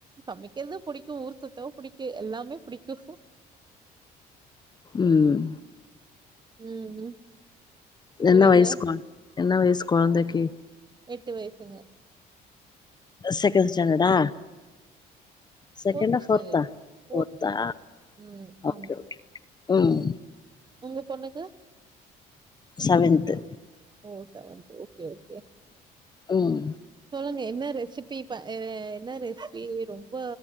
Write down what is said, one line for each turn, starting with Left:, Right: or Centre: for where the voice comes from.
Right: சமைக்கறது புடிக்கும் ஊர் சுத்த பிடிக்கும் எல்லாமே புடிக்கு
Left: ம்
Right: ம் ம் சொல்லுங்க
Left: என்ன வயசு கொ என்ன வயசு கொழந்தைக்கு
Right: எட்டு வயசுங்க
Left: செகெண்ட் ஸ்டண்டர்டா செகெண்டா
Right: ஃபோர்த்து
Left: ஃபோர்த்தா
Right: ஸ்டாண்டர்டு ஃபோர்த்து
Left: ஃபோர்த்தா
Right: ம்
Left: ஓகே
Right: ஆமா
Left: ஓகே ம்
Right: உங்க பொண்ணுக்கு
Left: செவன்த்து
Right: ஓ செவன்த் ஓகே ஓகே
Left: ம்
Right: சொல்லுங்க என்ன ரெசிபி இப்ப என்ன ரெசிபி ரொம்ப